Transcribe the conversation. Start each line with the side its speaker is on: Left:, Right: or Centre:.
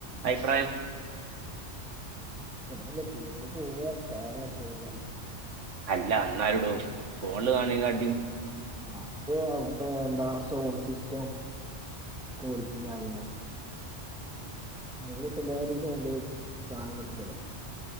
Right: അയ്പ്രായം
Centre: ദൊന്നുല്ല തീയേറ്ററി പോവ്വാ കാണ്യാ പോര്യാ
Right: അല്ല ന്നാലുടോ ഫോണില് കാൺണേംകാട്ടിം
Centre: ആഹ് അപ്പോ അവ്ട്ത്തെ എന്താ സോണ്ട് സിസ്റ്റോം കോളിറ്റിം കാര്യങ്ങള് <unintelligible> സാനം കിട്ടുലല്ലോ